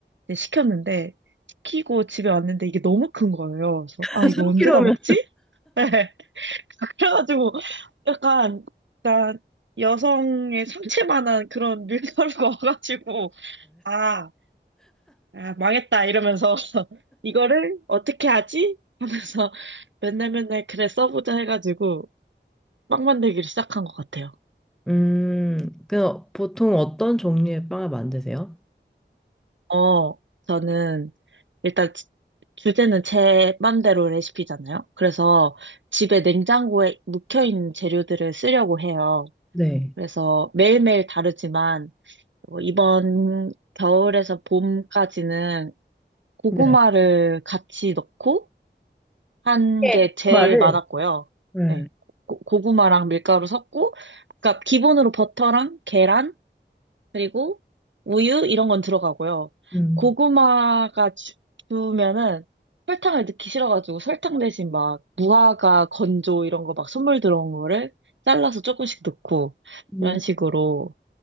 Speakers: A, on the right (about 80°); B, in the centre.
A: 이제 시켰는데 시키고 집에 왔는데 이게 너무 큰 거예요. 그래서
B: <laughs>
A: 아 이걸
B: 3kg면.
A: 언제 다 먹지? <laughs> 그래가지고 약간 약간 여성의 상체만한 그런 밀가루가 <laughs> 와가지고 아, 아, 망했다 이러면서 <laughs> 이거를 어떻게 하지? 하면서 맨날 맨날 그래 써보자 해가지고 빵 만들기를 시작한 것 같아요.
B: 음, 그냥 보통 어떤 종류의 빵을 만드세요?
A: 어, 저는 일단 지- 주제는 제 맘대로 레시피잖아요. 그래서 집에 냉장고에 묵혀있는 재료들을 쓰려고 해요.
B: 네..
A: 그래서 매일매일 다르지만 어, 이번 겨울에서 봄까지는 고구마를
B: 네.
A: 같이 넣고 한
B: 이렇게
A: 게 제일
B: 말을
A: 많았고요.
B: 음,
A: 네, 고, 고구마랑 밀가루 섞고, 그러니까 기본으로 버터랑 계란 그리고 우유 이런 건 들어가고요.
B: 음.
A: 고구마가 주, 주면은 설탕을 넣기 싫어가지고 설탕 대신 막 무화과 건조 이런 거 막 선물 들어온 거를 잘라서 조금씩 넣고
B: 음.
A: 이런 식으로